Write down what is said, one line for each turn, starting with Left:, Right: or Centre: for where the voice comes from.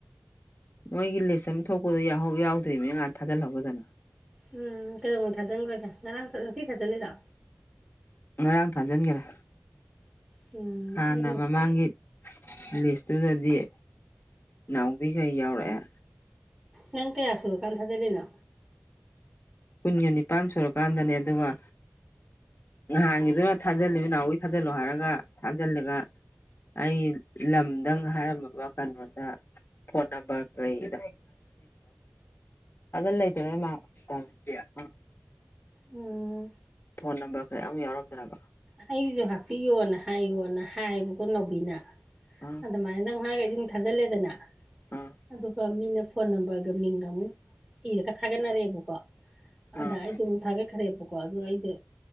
Left: ꯃꯣꯏꯒꯤ ꯂꯤꯁ ꯑꯃ ꯊꯣꯛꯄꯗꯣ ꯌꯥꯎꯗ꯭ꯔꯤꯕꯅꯦ ꯉꯍꯥꯛ ꯊꯥꯖꯤꯜꯍꯧꯒꯗꯅ
Right: ꯎꯝ ꯀꯩꯗꯧꯉꯩ ꯊꯥꯖꯤꯟꯈ꯭ꯔꯒꯦ ꯉꯔꯥꯡ ꯉꯁꯤ ꯊꯥꯖꯤꯜꯂꯤꯔꯣ
Left: ꯉꯔꯥꯡ ꯊꯥꯖꯤꯟꯒꯦꯔꯥ
Right: ꯎꯝ
Left: ꯍꯥꯟꯅ
Right: ꯑꯩ
Left: ꯃꯃꯥꯡꯒꯤ ꯃꯤꯕꯤꯁ ꯇꯨ ꯅꯗꯤꯌꯦ ꯏꯅꯥꯎꯕꯤꯈꯩ ꯌꯥꯎꯔꯛꯑꯦ
Right: ꯅꯪ ꯀꯌꯥ ꯁꯨꯔ ꯀꯥꯟ ꯊꯖ ꯂꯩꯅꯣ
Left: ꯀꯨꯟꯒ ꯅꯤꯄꯥꯟ ꯁꯨꯔꯀꯥꯟꯗꯅꯦ ꯑꯗꯨꯒ ꯅꯍꯥꯟꯒꯤꯗꯨꯅ ꯊꯥꯖꯤꯜꯂꯤꯕ ꯅꯍꯋꯥꯩ ꯊꯥꯖꯤꯜꯂꯣ ꯍꯥꯏꯔꯒ ꯊꯥꯖꯤꯜꯂꯒ ꯑꯩ ꯂꯝꯗꯪ ꯍꯥꯏꯔꯝꯃꯕ ꯀꯩꯅꯣꯗ ꯐꯣꯟ ꯅꯝꯕꯔ ꯀꯩꯗ ꯑꯗꯨ ꯂꯩꯇꯅ <unintelligible>
Right: ꯎꯝ
Left: ꯐꯣꯟ ꯅꯝꯕꯔ ꯀꯌꯥ ꯑꯃꯨꯛ ꯌꯥꯎꯔꯝꯗ꯭ꯔꯕ
Right: ꯑꯩꯁꯨ ꯍꯥꯄꯤꯌꯣꯅ ꯍꯥꯏꯌꯣꯅ ꯍꯥꯏꯕꯀꯣ ꯅꯥꯎꯕꯤꯅ
Left: ꯑꯥ
Right: ꯑꯗꯨꯃꯥꯏꯅ ꯅꯪ ꯍꯥꯏꯔꯒ ꯑꯩ ꯁꯨꯝ ꯊꯥꯖꯤꯜꯂꯦꯗꯅ
Left: ꯑꯥ
Right: ꯑꯗꯨꯒ ꯃꯤꯅ ꯐꯣꯟ ꯅꯝꯕꯔꯒ ꯃꯤꯡꯒ ꯑꯃꯨꯛ ꯏꯔꯒ ꯊꯥꯒꯠꯅꯔꯦꯕꯀꯣ
Left: ꯑꯥ
Right: ꯑꯗ ꯑꯩꯁꯨ ꯑꯃꯨꯛ ꯊꯥꯒꯠꯈ꯭ꯔꯦꯕꯀꯣ ꯑꯗꯨ ꯑꯩꯗꯣ